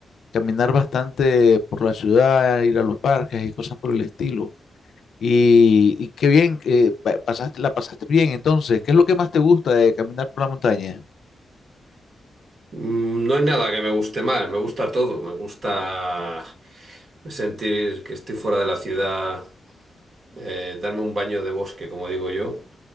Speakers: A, on the left; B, on the right.
A: caminar bastante por la ciudad, ir a los parques y cosas por el estilo. Y, y qué bien, que pa- pasaste, la pasaste bien entonces. ¿Qué es lo que más te gusta de caminar por la montaña?
B: Mm, No hay nada que me guste más, me gusta todo. Me gusta sentir que estoy fuera de la ciudad, eh, darme un baño de bosque, como digo yo,